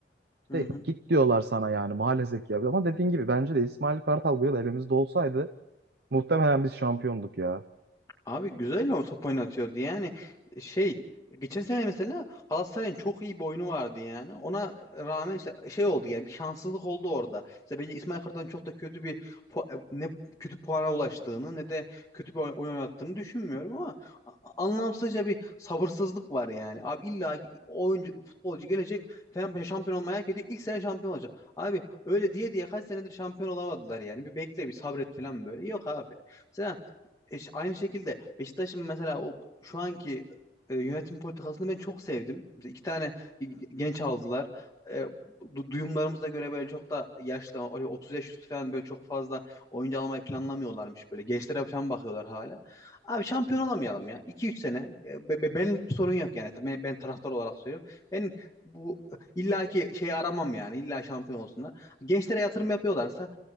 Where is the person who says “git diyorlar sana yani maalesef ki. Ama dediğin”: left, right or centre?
Right